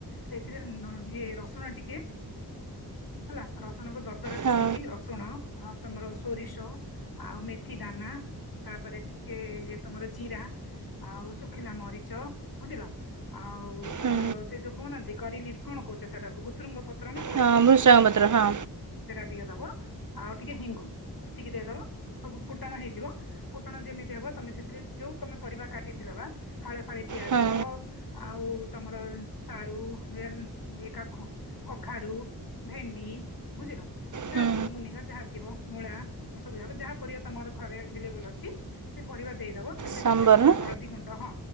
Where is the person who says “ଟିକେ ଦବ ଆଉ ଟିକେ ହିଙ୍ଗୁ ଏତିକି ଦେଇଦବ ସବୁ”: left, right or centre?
Left